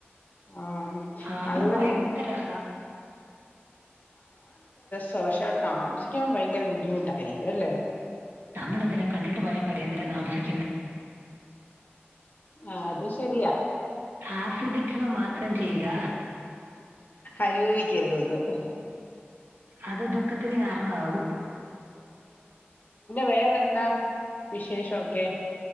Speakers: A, on the left; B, on the right.
A: ആഹ്
B: ആ അപ്പൊ
A: അത് കഴിഞ്ഞ്
B: ഭയങ്കര രസാ
A: സ പക്ഷെ അവ്ടെ താമസിക്കാൻ ഭയങ്കര ബുദ്ധിമുട്ടായിരിക്കും അല്ലേ
B: നമ്മൾ എന്തിനാ കണ്ടിട്ട് പോയാ പോരേ എന്തിനാ താമസിക്ക
A: അത് ശരിയാ
B: ആസ്വദിക്കുക മാത്രം ചെയ്യുക
A: അനുഭവിക്കരുതെന്ന്
B: അതത ക്കത്തിന് കാരണമാകു
A: വേറെ എന്താ വിശേഷൊഒക്കെ